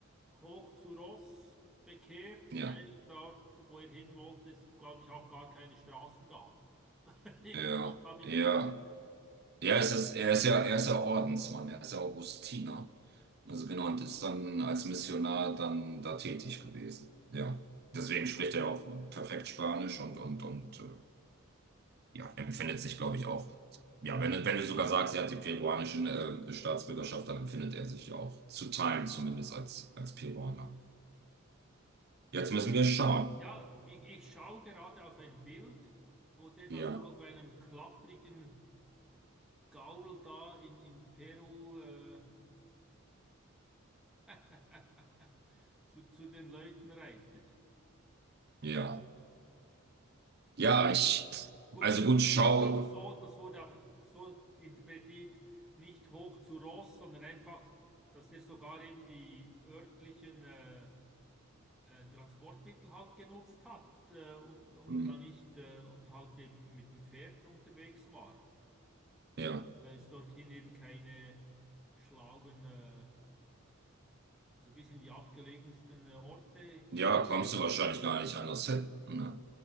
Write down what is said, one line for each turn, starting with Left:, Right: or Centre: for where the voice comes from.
Centre: hoch zu Ross bekehrt,
Right: ja,
Centre: weil dort, wo er hin wollte, es, glaube ich, auch gar keine Straßen gab. <laughs> Jedenfalls
Right: ja,
Centre: habe ich
Right: ja.
Centre: gehört.
Right: Er ist, es- ist, er ist ja, er ist ja Ordensmann, er ist ja Augustiner. Also genau, und ist dann als Missionar dann da tätig gewesen. Ja. Deswegen spricht er auch perfekt Spanisch und, und, und äh, ja, empfindet sich, glaube ich, auch. Ja, wenn, du- wenn du sogar sagst, er hat die peruanische äh, Staatsbürgerschaft, dann empfindet er sich ja auch zu Teilen zumindest als, als Peruaner. Jetzt müssen wir schauen.
Centre: Ja, ich, ich schaue gerade auf ein Bild, wo der das
Right: Ja,
Centre: auf einem klapprigen Gaul da in, in Peru äh, <laughs> zu, zu den Leuten reitet.
Right: ja. Ja, ich,
Centre: Gut,
Right: also
Centre: das,
Right: gut,
Centre: das
Right: schau,
Centre: war aber so, das wurde aber so interpretiert, nicht hoch zu Ross, sondern einfach, dass er sogar eben die örtlichen äh, äh, Transportmittel halt genutzt hat äh, und, und
Right: hm,
Centre: dann nicht äh, und halt eben mit dem Pferd unterwegs war,
Right: ja,
Centre: weil es dorthin eben keine schlauen, äh, also bis in die abgelegensten äh, Orte ging.
Right: ja,
Centre: der
Right: kommst
Centre: Typ.
Right: du wahrscheinlich gar nicht anders hin, ne?